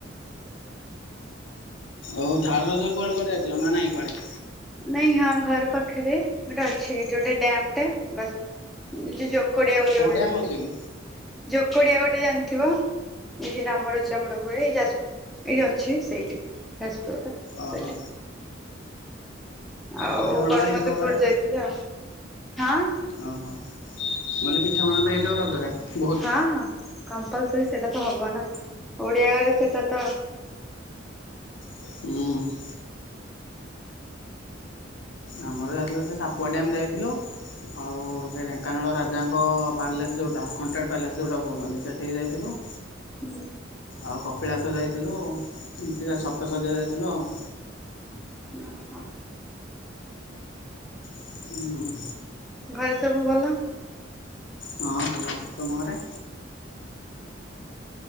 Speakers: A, on the left; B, in the centre.
A: ଓ ଥାର୍ଡ ରଜ କୁଆଡେ କୁଆଡେ ଯାଇଥିଲ ନା ନାଇଁ କୁଆଡେ?
B: ନାଇଁ ହଁ ଘର ପାଖରେ ଗୋଟେ ଅଛି ଏଇଠି ଗୋଟେ ଡାମ୍ ଟେ ବାସ୍। <unintelligible> କଡିଆ ବୋଲି
A: ହଉ
B: ଗୋଟେ
A: ଡ୍ୟାମ୍
B: ଜାଣିଥିବ
A: ଅଛି କି
B: ଜୋକ୍ କୋଡିଆ ଗୋଟେ ଜାଣଥିବ? ଏଇଠି ରାମ ରଜାମର ହୁଏ ଯାଜ ଏଇଠି ଅଛି ସେଇଠି ଯାଜପୁର
A: ଓହୋ
B: ସେଇଠି। ଆଉ
A: ପିଠାପଣା
B: ଗଡ଼ମଧୁ
A: ତ ହେଇଥିବ
B: ପୁର
A: ଘରେ?
B: ଯାଇଥିଲି ଆଉ ହଁ।
A: ଓହୋ ମୁଁ କହିଲି ପିଠାପଣା ତ ହେଇଥିବ ରଜ ରେ ବହୁତ।
B: ହଁ ହଁ କମ୍ପଲସରି ସେଇଟା ତ ହବ ନା ଓଡିଆ ଘରେ ସେଇଟା ତ।
A: ହୁଁ। ଆମର ଯାଇଥିଲୁ ସେ ସାପୁଆ ଡ୍ୟାମ୍ ଯାଇଥିଲୁ। ଆଉ ସେ ଢେଙ୍କାନାଳ ରାଜାଙ୍କ ପାଲେସ୍ ଯୋଉଟା ହଣ୍ଟେଡ ପା୍ଲେସ୍ ଯୋଉଟା କହୁଛନ୍ତି ସେଠିକି ଯାଇଥିଲୁ। <inaudible>
B: ହୁଁ।
A: ଆଉ କପିଳାସ ଯାଇଥିଲୁ ଏମିତି ସପ୍ତ ସଯ୍ୟା ଯାଇଥିଲୁ ଆଉ।
B: ଅ ହ।
A: ହୁଁ।
B: ଘରେ ସବୁ ଭଲ।
A: ହଁ ଭଲ ତମ ଘରେ।